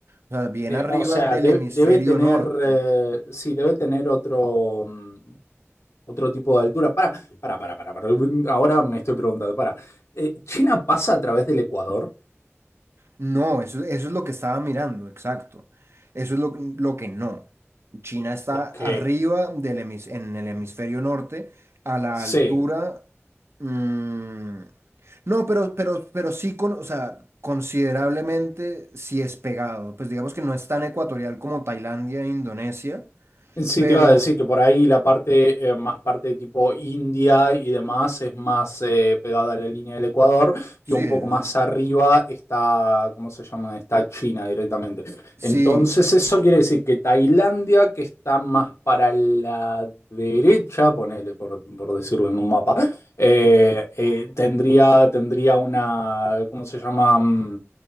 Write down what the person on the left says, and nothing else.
Eh,
o sea,
de-
debe tener,
eh, sí, debe tener otro, mm, otro tipo de altura. Para, para, para, para, para. mm, Ahora me estoy preguntando, para. Eh, ¿China pasa a través del Ecuador?
Ok,
sí.
Sí,
te iba a decir que por ahí la parte, eh, más parte tipo India y demás es más eh, pegada a la línea del Ecuador
y un
poco más arriba está, ¿cómo se llama? Está China directamente.
Entonces eso quiere decir que Tailandia, que está más para la derecha, ponele por, por decirlo en un mapa, eh, eh, tendría, tendría una, ¿cómo se llama? Mm,